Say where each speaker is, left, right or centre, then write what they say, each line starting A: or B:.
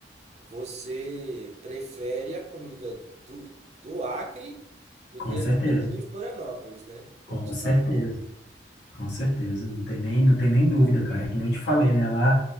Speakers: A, on the right (about 35°); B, on the left (about 75°).
A: Você prefere a comida do, do Acre do que
B: Com certeza,
A: a comida de Florianópolis, né?
B: com
A: Pelo que você
B: certeza,
A: estava falando.
B: com certeza. Não tem nem, não tem nem dúvida, cara. É que nem eu te falei, né? Lá,